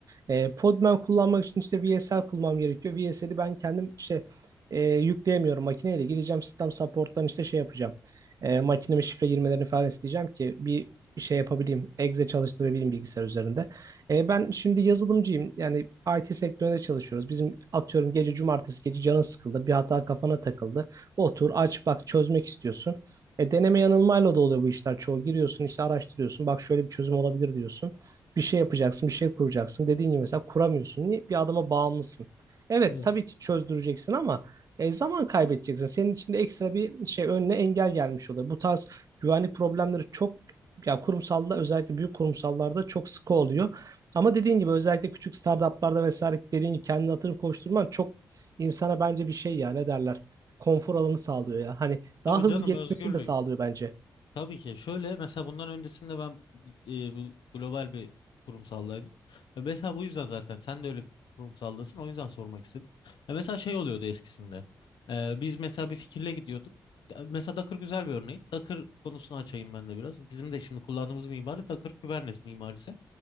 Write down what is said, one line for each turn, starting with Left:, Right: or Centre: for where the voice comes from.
Right: E, Podman kullanmak için işte VSL kullanmam gerekiyor. VSL'i ben kendim işte e, yükleyemiyorum makineyle. Gideceğim sistem support'tan işte şey yapacağım. E, makineme şifre girmelerini falan isteyeceğim ki bir şey yapabileyim. Exe çalıştırabileyim bilgisayar üzerinde. E, ben şimdi yazılımcıyım. Yani IT sektöründe çalışıyoruz. Bizim atıyorum gece cumartesi gece canın sıkıldı. Bir hata kafana takıldı. Otur aç bak çözmek istiyorsun. E, deneme yanılmayla da oluyor bu işler çoğu. Giriyorsun işte araştırıyorsun. Bak şöyle bir çözüm olabilir diyorsun. Bir şey yapacaksın, bir şey kuracaksın. Dediğin gibi mesela kuramıyorsun. Niye? Bir adama bağımlısın. Evet,
Left: Evet.
Right: tabii ki çözdüreceksin ama e, zaman kaybedeceksin. Senin için de ekstra bir şey önüne engel gelmiş oluyor. Bu tarz güvenlik problemleri çok ya kurumsalda özellikle büyük kurumsallarda çok sıkı oluyor. Ama dediğin gibi özellikle küçük startuplarda vesaire dediğin gibi kendini hatırı koşturman çok insana bence bir şey ya ne derler konfor alanı sağlıyor ya. Hani
Left: Tabii
Right: daha hızlı
Left: canım
Right: gelişmesini
Left: özgürlük.
Right: de sağlıyor bence.
Left: Tabii ki. Şöyle mesela bundan öncesinde ben e, bu global bir kurumsallaydım. Ya Mesela bu yüzden zaten sen de öyle bir kurumsaldasın. O yüzden sormak istedim. Ya Mesela şey oluyordu eskisinde. E, biz mesela bir fikirle gidiyorduk. Da- Mesela Docker güzel bir örneği. Docker konusunu açayım ben de biraz. Bizim de şimdi kullandığımız mimari Docker Kubernetes mimarisi.